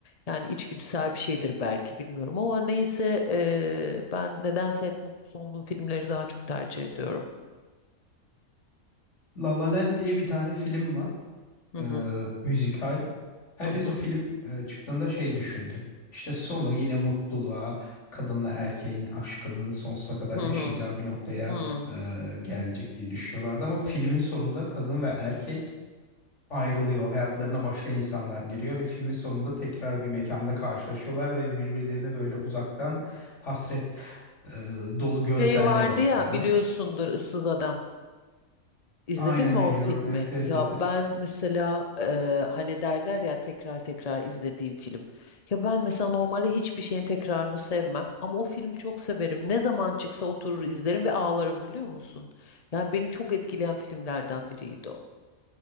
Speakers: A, on the left (about 35°); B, on the left (about 55°).
A: Yani içgüdüsel bir şeydir belki bilmiyorum ama neyse eee, ben nedense hep mutlu sonlu filmleri daha çok tercih ediyorum.
B: La La Land diye bir tane film var.
A: Hı
B: E,
A: hı
B: müzikal. Herkes
A: hı hı
B: o film e, çıktığında şey düşündü. İşte sonu yine mutluluğa, kadınla erkeğin aşkının sonsuza kadar
A: hı
B: yaşayacağı
A: hı.
B: bir noktaya
A: hı.
B: e, gelecek diye düşünüyorlardı. Ama filmin sonunda kadın ve erkek ayrılıyor. Hayatlarına başka insanlar giriyor ve filmin sonunda tekrar bir mekanda karşılaşıyorlar ve birbirlerine böyle uzaktan hasret e, dolu gözlerle
A: Şey vardı
B: bakıyorlar.
A: ya biliyorsundur Issız Adam. İzledin
B: Aynen
A: mi o
B: biliyorum.
A: filmi?
B: Evet evet
A: Ya
B: evet evet.
A: ben mesela eee, hani derler ya tekrar tekrar izlediğim film. Ya ben mesela normalde hiçbir şeyin tekrarını sevmem ama o filmi çok severim. Ne zaman çıksa oturur izlerim ve ağlarım biliyor musun? Yani beni çok etkileyen filmlerden biriydi o.